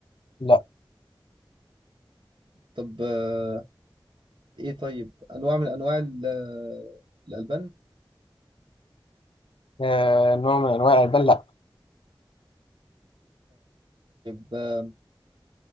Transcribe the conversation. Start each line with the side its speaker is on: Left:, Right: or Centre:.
Left: لا
Right: طب آه ايه طيب انواع من انواع ال... الالبان
Left: آه نوع من انواع الالبان لا
Right: طيب آه،